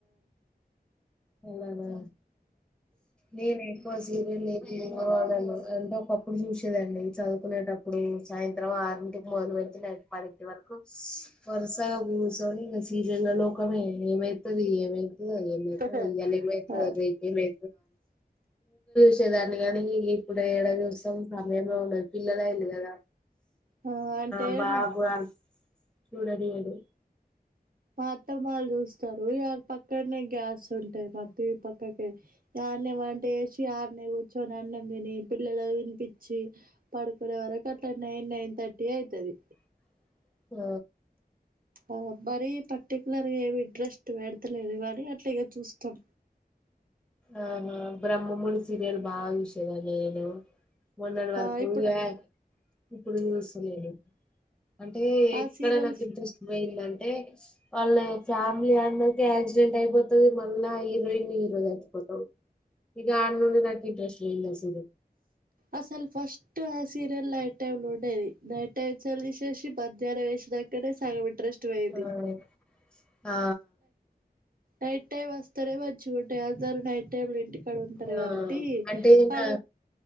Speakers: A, in the centre; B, on the right.
A: అ నేను ఎకు సీర లే వాడను అంటే ఒకప్పుడు చూసేదండి చదువుకునేటప్పుడు సాయంత్రం ఆరింటికి మొదలుెళ్ పదిెంట వరకు వరస కు చునిపూో సీరియల్ లోకమే ఏమైతుది ఏమై అయ్యాలమ
B: ఆ అ
A: నమే చ్చేదాన్ని కానీ ఇప్పుడు ఏడ దసం సమయమే ఉండదు పిల్లలయి కదా
B: ఆ అంటే
A: మబా
B: మా
A: వగు చూడడి యిడు
B: మాత్తం వాళ్ళు చూస్తారు ఇ పక్కనే గ్యాస్ ఉంటాయి మ ఈ పక్కకి నాణ్య అంటే వేసి ఆనే కూర్చోని నాన్నం తిని పిల్లలు వినిపించి పడుకునే వరకు అట్లా నైన్ నైన్ ర్టీ అవుతుది
A: <inaudible> ఆ
B: ఆ మరి పర్టికులర్గా ఏమి ఇంట్రెస్ట్ వడతలేదు కానీ అట్లాగ చూస్తాం
A: ఆహా బ్రహ్మముడి సీరియల్ బాగా చూసేదా నేను మోన్నడు వరకు
B: ఆ ఇప్పుడు
A: యాయ్ ఇప్పుడు జూసున్నాను అంటే ఎక్కడ
B: ఆ సీరియల్
A: నాకు ఇంట్రెస్ట్ పోయిందంటే వాళ్ళ ఫ్యామిలీ అందరికి యాక్సిడెంట్ అయిపోతది మళ్ళా ఇప్ రెయిన్ హీరో చచ్చిపోతవ్ ఇక ఆన్నుండి నాకు ఇంట్రెస్ట్ పోయిందసలు
B: అసలు ఫస్ట్ స్ సీరియల్ నైట్ టైమ్ంలో ఉండేది నైట్ టైమ్స్ లా తీసేసి మధ్యాహ్నం ఏ అక్కడే సగంమిట్రెస్ట్ వోయిది
A: ఆ ఆ
B: నైట్ టైమ్ వస్తారే వచ్చి ఉంటే అందరు నైట్ టైమ్ లో ఇంటికి కాడ ఉంటరు
A: ఆ,
B: కాబట్టి
A: అంటే నా
B: ఆడ